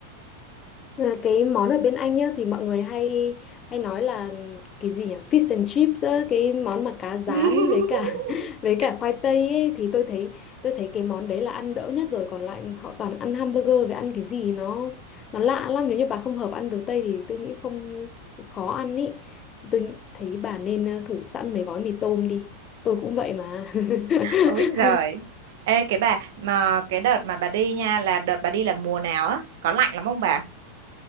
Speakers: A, on the left (about 25°); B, on the right (about 55°).
A: Là cái món ở bên Anh nhá thì mọi người hay hay nói là ừ, cái gì nhỉ fish and chips á, cái món mà cá rán
B: <laughs>
A: với cả <laughs> với cả khoai tây ấy, thì tôi thấy tôi thấy cái món đấy là ăn đỡ nhất rồi còn lại họ toàn ăn hamburger với ăn cái gì nó nó lạ lắm nếu như bà không hợp ăn đồ Tây thì tôi nghĩ không khó ăn ý tôi nghĩ- thấy bà nên ờ, thủ sẵn mấy gói mì tôm đi tôi cũng vậy mà <laughs>
B: Ôi giời. Ê cái bà mà cái đợt mà bà đi nha là đợt bà đi là mùa nào á? Có lạnh lắm không bà?